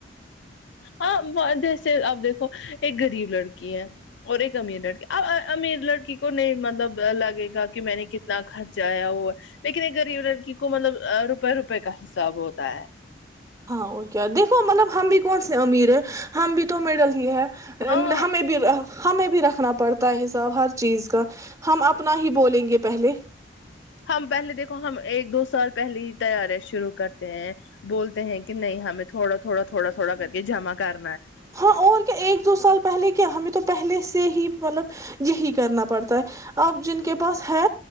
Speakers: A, on the left (about 70°); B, on the right (about 20°).
A: ہوں ہ جیسے آپ دیکھو ایک غریب لڑکی ہے اور ایک امیر لڑکی اب امیر لڑکی کو نہیں مطلب لگے گا کہ میں نے کتنا خرچا ہے وہ لیکن ایک غریب لڑکی کو مطلب روپئے روپئے کا حساب ہوتا ہے
B: ہاں وہ کیا دیکھو مطلب ہم بھی کون سے امیر ہے ہم بھی تو میڈل ہی ہے
A: ہاں
B: ہمیں بھی ہمیں بھی رکھنا پڑتا ہوتا ہے حساب ہر چیز کا ہم اپنا ہی بولیں گے پہلے
A: ہم پہلے دیکھو ہم ایک دو سال پہلے ہی تیاریا شروع کرتے ہیں بولتے ہیں کہ نہیں ہمیں تھوڑا تھوڑا تھوڑا تھوڑا کر کے جمع کر
B: ہاں اور کیا ایک دو سال پہلے کیا ہمیں تو پہلے سے ہی مطلب یہی کرنا پڑتا ہے اب جن کے پاس ہے